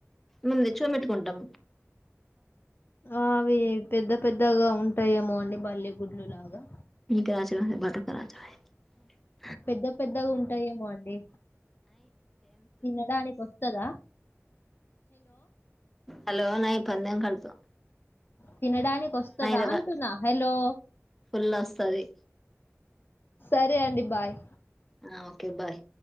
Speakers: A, in the centre; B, on the left (about 45°).
A: మేము తెచ్చుకుని పెట్టుకుంటాం
B: ఆ అవి పెద్ద పెద్దగా ఉంటాయేమో అండి బల్లి గుడ్లు లాగా
A: ఇకా రాచ బట కచ <unintelligible>
B: పెద్ద పెద్దగా ఉంటాయేమోనండి తినడానికి వస్తాదా
A: హలో నయి <unintelligible>
B: తినడానికి
A: కదా
B: అంటున్నా హలో
A: ఫుల్ వస్తది
B: సరే అండి బాయ్
A: ఆ ఓకే బాయ్